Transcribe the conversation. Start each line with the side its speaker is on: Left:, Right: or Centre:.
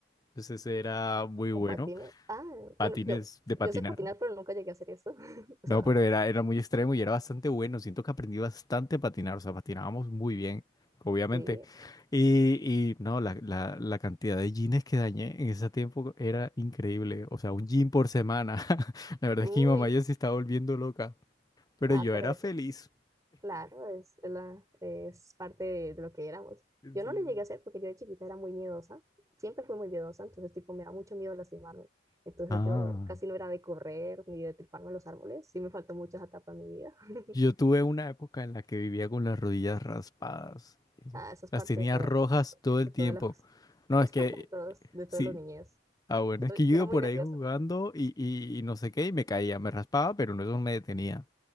Left: Entonces era muy
Right: Con
Left: bueno,
Right: patines. Ah,
Left: patines
Right: bueno, yo,
Left: de
Right: yo
Left: patinar.
Right: sé patinar, pero nunca llegué a hacer eso. <laughs> O
Left: No,
Right: sea,
Left: pero era, era muy extremo y era bastante bueno. Siento que aprendí bastante a patinar, o sea, patinábamos muy bien, obviamente.
Right: sí.
Left: Y, y no, la, la, la cantidad de jeans que dañé en ese tiempo era increíble. O sea, un jean por semana. <laughs> La verdad
Right: Uy,
Left: es que mi mamá ya se estaba volviendo loca, pero
Right: Nada,
Left: yo
Right: pero
Left: era
Right: eso,
Left: feliz.
Right: claro, es, la, es parte de, de lo que éramos.
Left: Sí.
Right: Yo no lo llegué a hacer porque yo de chiquita era muy miedosa, siempre fui muy miedosa, entonces tipo me da mucho miedo lastimarme. Entonces
Left: Ah.
Right: yo casi no era de correr ni de triparme en los árboles, sí me faltó mucho esa etapa en mi vida. <laughs>
Left: Yo tuve una época en la que vivía con las rodillas raspadas.
Right: ah eso es
Left: Las
Right: parte
Left: tenía
Right: de, todo,
Left: rojas
Right: de, to-
Left: todo el
Right: de todas
Left: tiempo.
Right: las,
Left: No,
Right: es
Left: es que
Right: parte de todos, de todos
Left: sí.
Right: los niños.
Left: Ah, bueno,
Right: Yo,
Left: es que
Right: yo
Left: yo
Right: era
Left: iba
Right: muy
Left: por
Right: nerviosa.
Left: ahí jugando y, y, y no sé qué, y me caía, me raspaba, pero no eso no me detenía.